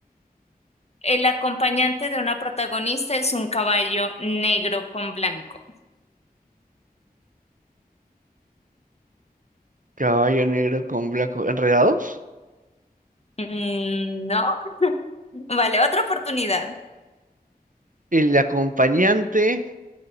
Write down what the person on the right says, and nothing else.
Caballo negro con blanco. ¿Enredados?
El acompañante.